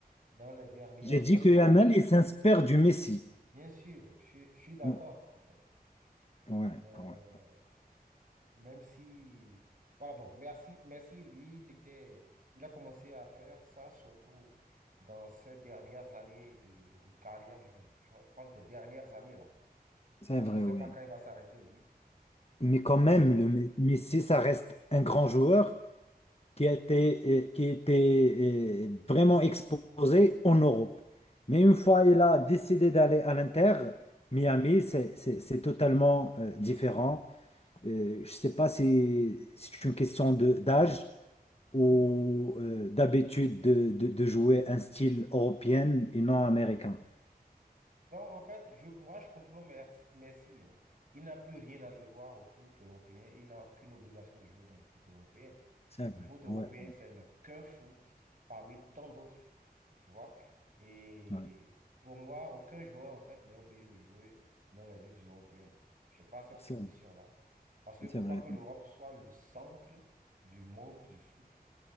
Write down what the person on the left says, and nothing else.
J'ai dit
que Yamal, il s'inspire du Messi.
Ouais,
ouais,
ouais.
c'est
vrai,
oui.
Mais quand
même, le Me- Messi, ça reste un grand joueur qui a été, euh, qui était euh, vraiment exposé en Europe. Mais une fois il a décidé d'aller à l'Inter, Miami, c'est c'est- c'est totalement euh, différent. Euh, je ne sais pas si c'est une question de d'âge ou euh, d'habitude de, de, de jouer un style européen et non américain.
C'est vrai,
ouais.
ouais.
C'est
c'est
vrai.